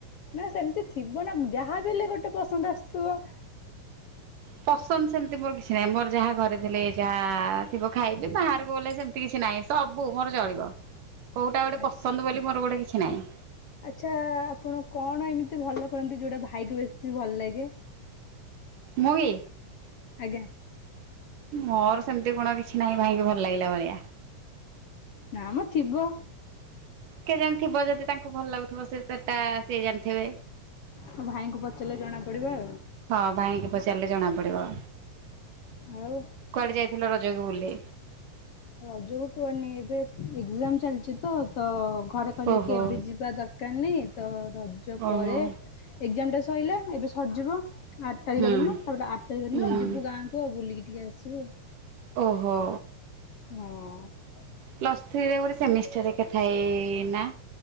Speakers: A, on the left; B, on the right.
A: ନା ସେମିତି ଥିବ ନା ଯାହା ବି ହେଲେ ଗୋଟେ ପସନ୍ଦ ଆସୁଥିବ।
B: ପସନ୍ଦ ସେମିତି ମୋର କିଛି ନାହିଁ ମୋର ଯାହା ଘରେ ଦେଲେ। ଯାହା ଥିବ ଖାଇବି ବାହାରକୁ ଗଲେ ସେମିତି କିଛି ନାହିଁ ସବୁ ମୋର ଚଳିବ। କୋଉଟା ଗୋଟେ
A: ଆଚ୍ଛା।
B: ପସନ୍ଦ ବୋଲି ମୋର ଗୋଟେ କିଛି ନାହିଁ।
A: ଆଚ୍ଛା ଆପଣ କଣ ଏମିତି ଭଲ କରନ୍ତି ଯୋଉଟା ଭାଇ କୁ ବେଶୀ ଭଲ ଲାଗେ?
B: ମୁ କି?
A: ଆଜ୍ଞା।
B: ମୋର ସେମିତି ଗୁଣ କିଛି ନାହିଁ ଭାଇଙ୍କୁ ଭଲ ଲାଗିଲା ଭଳିଆ।
A: ନାମ ଥିବ।
B: କେଜାଣି ଥିବ ଯଦି ତାଙ୍କ କୁ ଭଲ ଲାଗୁଥିବ ସେ ସେଟା ସିଏ ଜାଣିଥିବେ।
A: ମୋ ଭାଇଙ୍କୁ ପଚାରିଲେ ଜଣା ପଡ଼ିବ ଆଉ।
B: ହଁ ଭାଇଙ୍କି ପଚାରିଲେ ଜଣା ପଡିବ।
A: ଆଉ।
B: କୁଆଡେ ଯାଇଥିଲ ରଜକୁ ବୁଲି?
A: ରଜକୁ କୁହନି ଏବେ ଏକ୍ଜାମ ଚାଲିଛି ତ ତ ଘରେ କହିଲେ
B: ଓହୋ
A: କି ଏବେ ଯିବା ଦରକାର ନାହିଁ ତ ରଜ ପରେ।
B: ଓହୋ
A: ଏକ୍ଜାମ ଟା ସଇଲା ଏବେ ସରିଯିବ। ଆଠ ତାରିଖ
B: ହୁଁ
A: ଦିନ ତାପ <unintelligible> ଆଠ ତାରିଖ ଦିନ
B: ହୁଁ
A: ଯିବୁ ଗାଁକୁ ଆଉ ବୁଲିକି ଟିକେ ଆସିବୁ।
B: ଓହୋ।
A: ହୁଁ।
B: ପ୍ଲସ୍ ଥ୍ରୀରେ ଗୋଟେ ସେମିଷ୍ଟାର ହେରିକା ଥାଏ ନା?